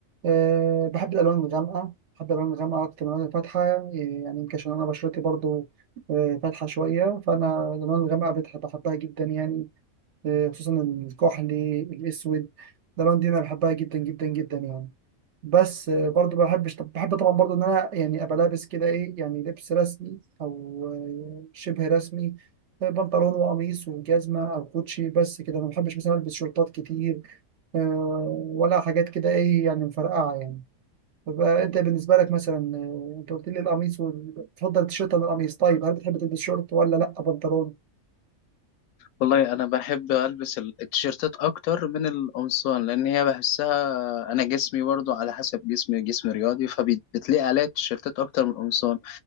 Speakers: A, on the right; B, on the left.
A: آه، بحب الألوان الغامقة بحب الألوان الغامقة أكتر من الألوان الفاتحة يعني يمكن عشان أنا بشرتي برضو آه، فاتحة شوية فأنا الألوان الغامقة بتح- بحبها جدا يعني آه، خصوصا الكحلي الاسود ده لون دي انا بحبها جدا جدا جدا يعني بس آه، برضو بحبش طب بحب طبعا برضو ان انا يعني ابقى لابس كده ايه يعني لبس رسمي او آه، شبه رسمي آه، بنطلون وقميص وجزمه او كوتشي بس كده ما بحبش مثلا البس شورتات كتير آه، ولا حاجات كده ايه يعني مفرقعه يعني طب آه، انت بالنسبه لك مثلا آه، انت قلت لي القميص وال- تفضل التيشيرت عن القميص طيب هل بتحب تلبس شورت ولا لا بنطلون
B: والله انا بحب البس ال- التيشيرتات اكتر من القمصان لان هي بحسها انا جسمي برضو على حسب جسمي جسم رياضي فبتلاقي عليا التيشيرتات اكتر من القمصان